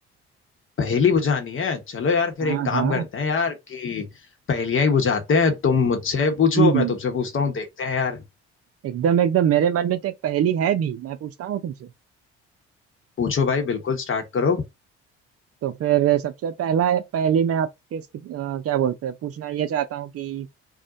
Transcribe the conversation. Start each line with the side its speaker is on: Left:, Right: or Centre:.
Left: पहेली बुझानी है चलो यार फिर
Right: हाँ
Left: एक काम
Right: हाँ
Left: करते हैं यार कि पहेलियां ही बुझाते हैं तुम मुझसे पूछो
Right: जी
Left: मैं तुमसे पूछता हूँ देखते हैं यार
Right: एकदम एकदम मेरे मन में तो एक पहेली है भी मैं पूछता हूँ तुमसे
Left: पूछो भाई बिल्कुल स्टार्ट करो
Right: तो फिर सबसे पहला पहेली मैं आपके अ, क्या बोलते हैं पूछना ये चाहता हूँ कि